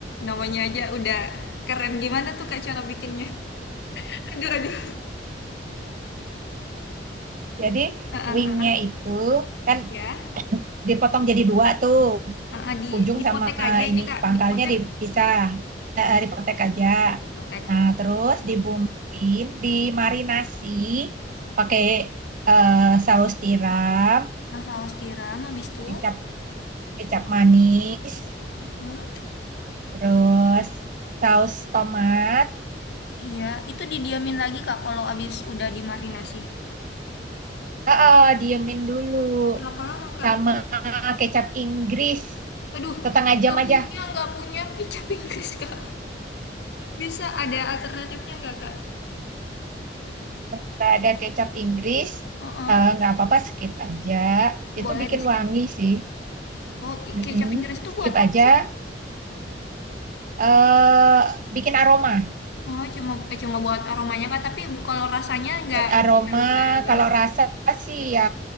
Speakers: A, on the left; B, on the right.
A: namanya aja udah keren. Gimana tuh Kak cara bikinnya? <laughs> Aduh, aduh.
B: Jadi
A: Heeh,
B: wingnya
A: heeh.
B: itu kan
A: Ya.
B: dipotong jadi dua tuh.
A: Heeh, di
B: ujung
A: dipotek
B: sama
A: aja
B: ini
A: ini Kak,
B: pangkalnya
A: dipotek.
B: dipisah eh, eh, dipotek aja.
A: Dipotek.
B: Nah, terus dibumbuin, dimarinasi pakai eh, saus tiram,
A: Nah, saus tiram habis itu,
B: kecap kecap manis,
A: Hmm?
B: terus saus tomat.
A: iya, itu didiamin lagi Kak kalau habis udah dimarinasi.
B: Ah, ah, diemin dulu
A: Berapa lama Kak
B: sama
A: itu?
B: kecap Inggris
A: Aduh,
B: setengah
A: nggak
B: jam aja.
A: punya, nggak punya kicap Inggris <laughs> Kak. Bisa ada alternatifnya nggak Kak?
B: Nggak ada kecap Inggris,
A: Heeh.
B: eh, nggak apa-apa skip aja. Itu
A: Boleh
B: bikin
A: di skip.
B: wangi sih.
A: Oh, i-
B: Mm-mm.
A: kecap Inggris tuh
B: Skip
A: buat apa
B: aja
A: sih?
B: eh bikin aroma.
A: Oh, cuma eh, cuma buat aromanya Kak, tapi bu- kalau rasanya nggak
B: Buat
A: nggak
B: aroma,
A: berubah banget,
B: kalau rasa sih ya